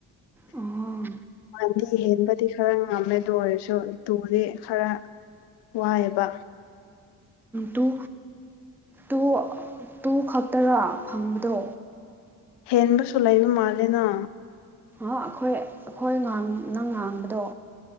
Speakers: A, in the centre; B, on the left.
A: ꯑꯣ
B: ꯉꯥꯟꯗꯤ ꯍꯦꯟꯕꯗꯤ ꯈꯔ ꯉꯝꯃꯦ ꯑꯗꯨ ꯑꯣꯏꯔꯁꯨ ꯇꯨꯗꯤ ꯈꯔ ꯋꯥꯏꯑꯕ
A: ꯇꯨ ꯇꯨ ꯇꯨ ꯈꯛꯇꯔ ꯐꯪꯕꯗꯣ
B: ꯍꯦꯟꯕꯁꯨ ꯂꯩꯕ ꯃꯥꯂꯦꯅ
A: ꯑꯩꯈꯣꯏ ꯑꯩꯈꯣꯏꯥꯡ ꯅꯪ ꯉꯥꯡꯕꯗꯣ